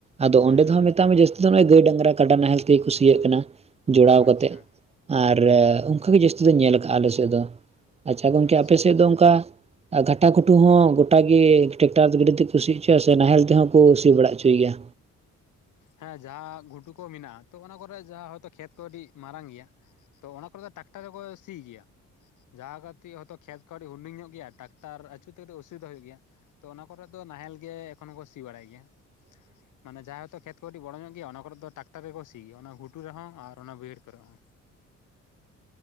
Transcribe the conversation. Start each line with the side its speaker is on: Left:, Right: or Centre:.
Right: ᱟᱫᱚ ᱚᱸᱰᱮ
Left: ᱦᱮᱸ
Right: ᱫᱚ ᱦᱚᱸ ᱡᱟᱹᱥᱛᱤ ᱫᱚ ᱱᱚᱜᱚᱭ ᱜᱟᱹᱭ ᱰᱟᱝᱨᱟ ᱠᱟᱰᱟ ᱱᱟᱦᱮᱞ ᱛᱮᱜᱭ ᱠᱩ ᱥᱤᱭᱟᱹᱜ ᱠᱟᱱᱟ ᱡᱚᱲᱟᱣ ᱠᱟᱛᱮ᱾
Left: ᱟᱪᱪᱷᱟ
Right: ᱟᱨ ᱚᱱᱠᱟᱜᱮ ᱡᱟᱹᱥᱛᱤ ᱫᱚᱧ ᱧᱮᱞ ᱠᱟᱜᱼᱟ ᱟᱞᱮ ᱥᱮᱫ ᱫᱚ ᱾ᱟᱪᱷᱟ ᱜᱚᱢᱠᱮ
Left: ᱟᱪᱪᱷᱟ
Right: ᱟᱯᱮ ᱥᱮᱫ ᱫᱚ ᱚᱱᱠᱟ ᱟᱨ ᱜᱷᱟᱴᱟ ᱠᱷᱩᱴᱩ ᱦᱚᱸ ᱜᱚᱴᱟ ᱜᱮ ᱴᱮᱠᱴᱟᱨ ᱜᱟᱰᱤ ᱛᱮᱠᱩ ᱥᱤ ᱦᱚᱪᱚᱭᱟ ᱥᱮ ᱱᱟᱦᱮᱞ ᱛᱮᱦᱚᱸ ᱠᱩ ᱥᱤ ᱵᱟᱲᱟ ᱦᱚᱪᱚᱭ ᱜᱮᱭᱟ?
Left: ᱦᱮᱸ ᱡᱟᱦᱟᱸ ᱜᱷᱩᱴᱩ ᱠᱚ ᱢᱮᱱᱟᱜ-ᱟ ᱛᱚ ᱚᱱᱟ ᱠᱚᱨᱮ ᱡᱟᱦᱟᱸ ᱦᱚᱭᱛᱚ ᱠᱷᱮᱛ ᱠᱚ ᱟᱹᱰᱤ ᱢᱟᱨᱟᱝ ᱜᱮᱭᱟ, ᱛᱚ ᱚᱱᱟ ᱠᱚᱨᱮ ᱫᱚ ᱴᱟᱠᱴᱟᱨ ᱫᱚᱠᱚ ᱥᱤ ᱜᱮᱭᱟ᱾ ᱡᱟᱦᱟᱸ ᱠᱟᱹᱴᱤᱜ ᱦᱚᱛᱚ ᱠᱷᱮᱛ ᱠᱚ ᱟᱰᱤ ᱦᱩᱰᱤᱝ ᱧᱚᱜ ᱜᱮᱭᱟ ᱴᱟᱠᱴᱟᱨ ᱟᱪᱩᱨ ᱛᱮ <inaudible> ᱚᱥᱩᱵᱤᱫᱟ ᱦᱩᱭᱩᱜ ᱜᱮᱭᱟ ᱛᱚ ᱚᱱᱟ ᱠᱚᱨᱮ ᱫᱚ ᱱᱟᱦᱮᱞ ᱜᱮ ᱮᱠᱷᱚᱱ ᱦᱚᱸᱠᱚ ᱥᱤ ᱵᱟᱲᱟᱭ ᱜᱮᱭᱟ᱾
Right: <inaudible>
Left: ᱢᱟᱱᱮ ᱡᱟᱦᱟᱸ ᱦᱚᱭᱛᱚ ᱠᱷᱮᱛ ᱠᱚ ᱠᱟᱹᱴᱤᱜ ᱵᱚᱲᱚ ᱧᱚᱜ ᱜᱮᱭᱟ ᱚᱱᱟ ᱠᱚᱨᱮ ᱫᱚ ᱴᱟᱠᱴᱟᱨ ᱨᱮᱠᱚ ᱥᱤ ᱜᱮᱭᱟ ᱚᱱᱟ ᱜᱷᱩᱴᱩ ᱨᱮᱦᱚᱸ ᱟᱨ ᱚᱱᱟ ᱵᱟᱹᱭᱦᱟᱹᱲ ᱠᱚᱨᱮ ᱦᱚᱸ᱾